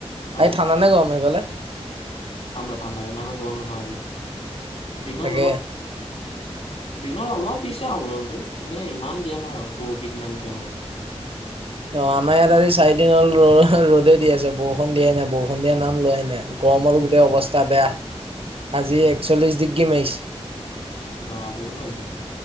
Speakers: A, on the left (about 60°); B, on the right (about 55°).
A: আৰু।
B: আজি ঠাণ্ডা নে গৰম সেই ফালে
A: ঠাণ্ডা ঠাণ্ডা ইমানো গৰম নহয় আজি দিনত
B: তাকে
A: অলপ দিনৰ অলপ দিছে আৰু গৰমতটো এনে ইমান দিয়া নাই আৰু পৰহিৰ দিনা দিছে এনেকে
B: অ আমাৰ ইয়াত আজি চাৰিদিন হল ৰদে দি আছে বৰষুণ দিয়াই নাই বৰষুণ দিয়া নাম লোৱাই নাই গৰমত গোটেই অৱস্থা বেয়া
A: <unintelligible>
B: আজি একচল্লিশ ডিগ্ৰী মাৰিছে
A: বাব বহুত মাৰিছে